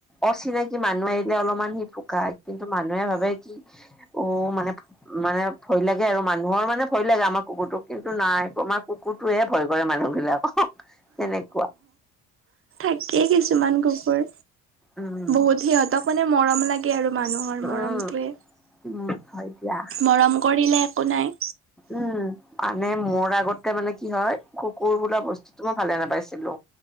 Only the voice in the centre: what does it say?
অচিনাকি মানুহ আহিলে অলপমান সি ফুকা কিন্তু মানুহে ভাবে কি অ' মানে মানে ভয় লাগে আৰু মানুহৰ মানে ভয় লাগে আমাৰ কুকুৰটোক কিন্তু নাই আমাৰ কুকুৰ কুটোৱে ভয় কৰে মানুহ বিলাকক তেনেকুৱা।
উম
উম উম হয় দিয়া
উম মানে মোৰ আগতে মানে কি হয় কুকুৰ বোলা বস্তু তো মই ভালে নাপাইছিলো